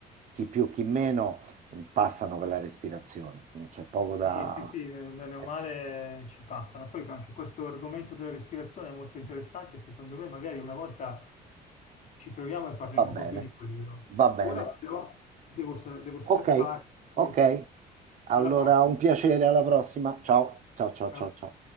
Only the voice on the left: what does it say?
Sì,
sì, sì, eh, bene o
male ci passano. Poi anche questo argomento della respirazione è molto interessante, secondo me magari una volta ci troviamo e parliamo
proprio
di quello.
Ora però devo, sa- devo scappare,
quindi
alla prossima.
Ciao.